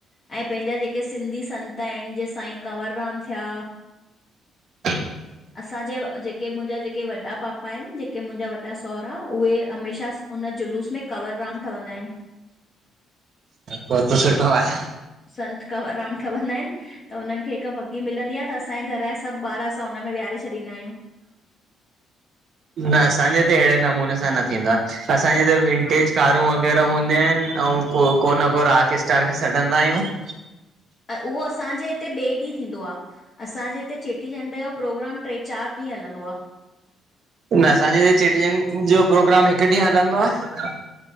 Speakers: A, on the left; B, on the right.
A: ऐं पंहिंजा जेके सिंधी संत आहिन, जीअं साईं कंवरराम थिया
B: <inaudible>
A: असांजे जेके मुंहिंजां जेके वॾा पापा आहिन जेके मुंहिंजा वॾा सहुरा उहे हमेशा उन जुलूस में कवर राम ठवंदा आहिन
B: पोइ त सुठो आहे।
A: संत कंवरराम ठवंदा आहिन त हुनन खे हिक बुघी मिलंदी आ न त असांजे घर जा सभ ॿार असां हुन में विहारे छॾींदा आयूं
B: न असांजे हिते अहिड़े नमूने सां न थींदो आ असांजे हिते विंटेज कारूं वग़ैरह हूंदयूं आहिन ऐं को न को राक स्टार खे सॾंदा आहियूं <inaudible>
A: उहो असांजे हिते ॿिये ॾीह थींदो आ, असांजे हिते चेटीचंड जो प्रोग्राम टे चार ॾींहं हलंदो आ
B: न असांजे हिते चेटीचंड जो प्रोग्राम हिक ॾींह हलंदो आहे